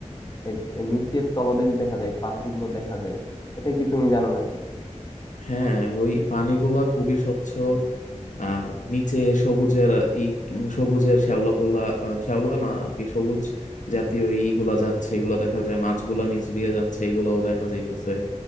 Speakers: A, on the left; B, on the left.
A: এ- এ নিচের তলদেশ দেখা যায় পাথরগুলো দেখা যায় এটা কি তুমি জানো নাকি
B: হ্যাঁ ওই পানিগুলা খুবই স্বচ্ছ আর নিচে সবুজের ই উম, সবুজের শ্যাওলাগুলা আহ, শ্যাওলা না আর কি সবুজ জাতীয় ইগুলা যাচ্ছে এগুলা দেখা যায় মাছগুলা নিচ দিয়ে যাচ্ছে এগুলাও দেখা যাইতেছে